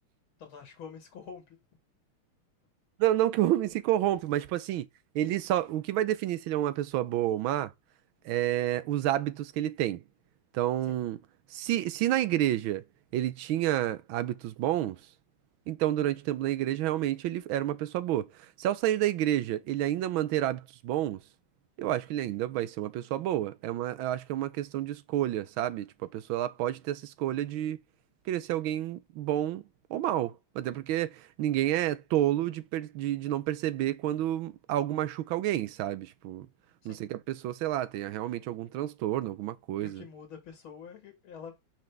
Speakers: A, on the left (about 70°); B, on the right (about 75°).
A: Então tu acha que o homem se corrompe?
B: não, não que o homem se corrompe, mas tipo assim, ele só. O que vai definir se ele é uma pessoa boa ou má é os hábitos que ele tem. Então,
A: Sim,
B: se, se na igreja ele tinha hábitos bons, então durante o tempo na igreja realmente ele era uma pessoa boa. Se ao sair da igreja ele ainda manter hábitos bons, eu acho que ele ainda vai ser uma pessoa boa. É uma, eu acho que é uma questão de escolha, sabe? Tipo, a pessoa ela pode ter essa escolha de querer ser alguém bom ou mal. Até porque. Ninguém é tolo de, per- de, de não perceber quando algo machuca alguém, sabe? Tipo,
A: sim.
B: a não sei que a pessoa, sei lá, tenha realmente algum transtorno, alguma coisa.
A: E o que muda a pessoa é ela